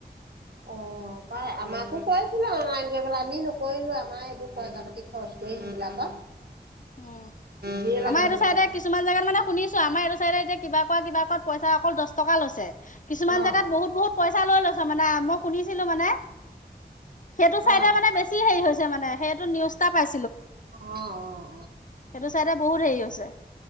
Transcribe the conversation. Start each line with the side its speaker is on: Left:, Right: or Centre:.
Right: অ পাই আমাকো কৈছিলে অনলাইন আমি নকৰিলো আমাৰ এইবোৰ পইচা পাতি খৰচ কৰি সেইবিলাকত।
Left: উম।
Right: ধেৰ লাগে
Left: আমাৰ
Right: হেনো
Left: এইটো চাইডে
Right: পইচা।
Left: কিছুমান জগাত মানে শুনিছো আমাৰ এইটো চাইডে এতিয়া কিবা কৰা কিবা কৰা পইচা অকল দহ টকা লৈছে। কিছুমান
Right: অ',
Left: জগাত বহুত বহুত পইচা লৈ লৈছে মানে মই শুনিছিলো মানে। সেইটো চাইদে
Right: অ', অ',
Left: মানে বেছি হেৰি হৈছে মানে সেইটো নিউজটা পাইছে।
Right: অ অ
Left: সেইটো চাইডে বহুত হেৰি হৈছে